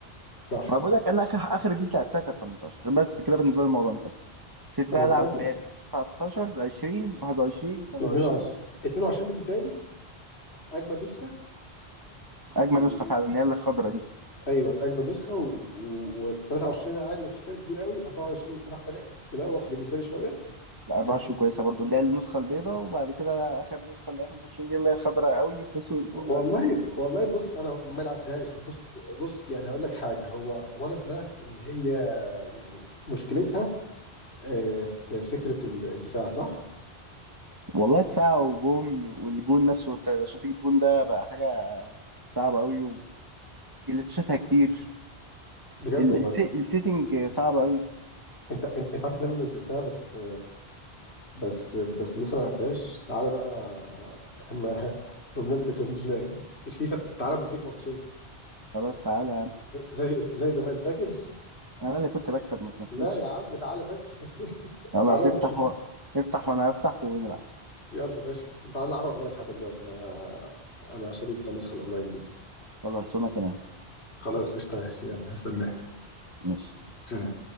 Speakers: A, on the left; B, on the right.
A: صح
B: ما بقول لك انا اخر اخر بيس لعبتها كانت 18 بس كده بالنسبه لي الموضوع انتهى ابتديت
A: 18
B: بقى العب فيفا 19 20 21 22
A: 22 22 بالنسبه لي اجمد نسخه
B: اجمل
A: و...
B: نسخه فعلا هي اللي الخضرا دي
A: ايوه اجمد نسخه و, و... 23 عادي مفيش فرق كبير قوي 24 الصراحه بدات تبوخ بالنسبه لي شويه
B: لا
A: في
B: 24
A: حته كده
B: كويسه برضو اللي هي النسخه البيضاء وبعد كده اخر نسخه اللي هي 25 دي اللي هي خضرا قوي في اسود دي
A: والله والله بص انا ما لعبتهاش بص بص يعني هقول لك حاجه هو هو انا سمعت ان هي يعني مشكلتها آه، في فكره الدفاع صح؟
B: والله دفاع وجون والجون نفسه انت عشان تجيب جون ده بقى حاجة صعبة قوي وجلتشاتها كتير
A: بجد
B: ال-
A: والله
B: الس- السيتنج صعبة قوي
A: انت انت عارف ان انا نزلتها بس بس بس لسه ما لعبتهاش تعالى بقى اما <laughs> بمناسبة ال- الفيفا تعالى بديك ماتشين
B: خلاص تعالى يا عم
A: زي زي زمان فاكر
B: انا اللي كنت بكسب ما تمثلش
A: لا يا عم تعالى بس <laughs>
B: خلاص
A: تعالى
B: افتح و... افتح وانا افتح ونلعب
A: يلا ماشي تعالى نلعب اونلاين حتى دلوقتي انا انا شاري النسخة الاونلاين دي
B: خلاص وانا كمان
A: خلاص قشطة ماشي يلا هستناك
B: ماشي
A: سلام